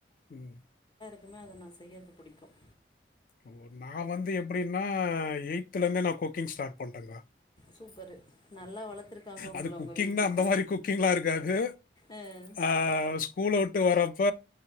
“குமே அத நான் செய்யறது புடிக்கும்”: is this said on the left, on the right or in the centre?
Left